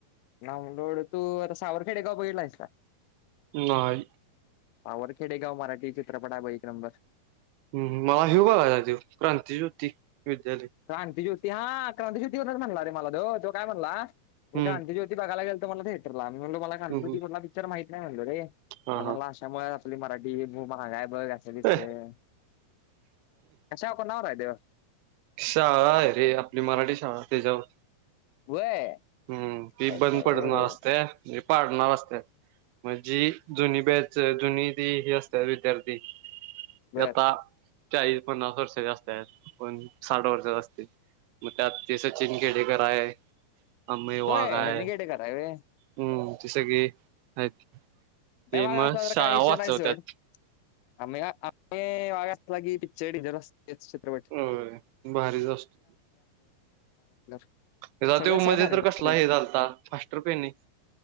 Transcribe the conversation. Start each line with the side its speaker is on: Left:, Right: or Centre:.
Left: डाऊनलोड तू आता सावरखेड एक गावं बघितला हाईस?
Right: नाही.
Left: सावरखेड एक गाव. मराठी चित्रपट आहे बघ एक नंबर.
Right: हम्म् हम मला ह्यो बघायचाय तो क्रांतीज्योती विद्या
Left: क्रांतीज्योती. हा क्रांतीज्योती वरूनच म्हणला रे मला तो. तो काय म्हणला, मी
Right: हम्म
Left: क्रांतीज्योती बघायला गेलतो म्हणला थिएटरला. मी म्हणलो मला क्रांतीज्योती
Right: हम्म, हम्म.
Left: मधला पिक्चर माहित नाही म्हणालो रे.
Right: हा
Left: त्यामुळं
Right: हा
Left: आपली मराठी ही म भारी हाय बघं हे असं दिसते
Right: ए,
Left: <inaudible> कशा कोणावर हाय त्यो.
Right: शाळा आहे रे, आपली मराठी शाळा त्याच्यावर.
Left: व्हय
Right: हम्म ती
Left: ऐश
Right: बंद
Left: हाय
Right: पडणार
Left: व्हय
Right: असते. म्हणजे पाडणार असते. म्हणजी जुनी बॅच जुनी ती ही असत विद्यार्थी
Left: बर
Right: आता चाळीस पन्नास वर्ष जास्त आहेत पण साठ वर्ष असते, मग त्यात ते सचिन खेडेकर आहे. अंमे वाघ
Left: होय
Right: आहे,
Left: सचिन खेडेकर आहे व्हय.
Right: हम् तस की आहेत ते
Left: नाही माग
Right: मग
Left: असला
Right: शाळा
Left: तर काही विषय
Right: वाचवतात
Left: नाही सोड. आम आम वाग लाग पि्चडी जर अस तेच चित्रपट
Right: होय भारीच असतो
Left: <unintelligible>
Right: चात
Left: सगळं सगळं
Right: मध्ये
Left: भारी आहे.
Right: तर कसला हे झालता <unintelligible>